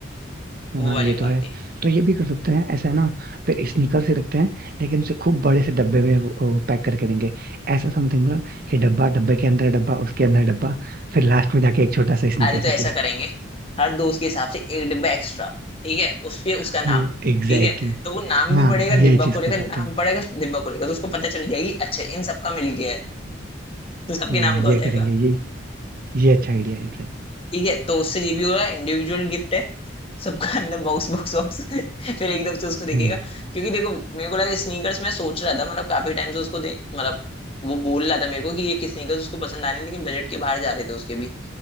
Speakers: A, on the left; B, on the right.
A: वो
B: हाँ
A: वाली
B: ये
A: बात
B: तो है
A: थी
B: तो ये भी कर सकते हैं ऐसा है ना फिर स्नीकर से रखते हैं लेकिन उसे खूब बड़े से डब्बे में पैक करके देंगे ऐसा समथिंग ना कि डब्बा डब्बे के अंदर डब्बा उसके अंदर डब्बा फिर लास्ट में जाके एक छोटा सा स्नीकर
A: अरे तो
B: निकले
A: ऐसा करेंगे हर दोस्त के हिसाब से एक डिब्बा एक्स्ट्रा ठीक है उसके उसका
B: हम्म
A: नाम
B: एग्जैक्टली
A: ठीक है तो वो नाम
B: हाँ
A: भी पड़ेगा
B: यही
A: डिब्बा
B: चीज
A: खोलेगा
B: कर सकते
A: नाम
B: हैं
A: पड़ेगा डिब्बा खोलेगा तो उसको पता चल जाएगी अच्छा इन सबका मिल गया है तो सबके
B: हाँ
A: नाम
B: ये
A: का हो जाएगा
B: करेंगे ये ये अच्छा आइडिया है
A: ठीक है तो उससे ये भी हो रहा है इंडिविजुअल गिफ्ट है सबका अंदर बॉक्स बॉक्स बॉक्स <laughs> फिर एकदम से उसको देखेगा
B: एग्जैक्ट
A: क्योंकि देखो मेरे को लगा स्नीकर्स मैं सोच रहा था मतलब काफी टाइम से उसको दे मतलब वो बोल रहा था मेरे को कि ये किस स्नीकर्स उसको पसंद आ रहे हैं लेकिन बजट के बाहर जा रहे थे उसके भी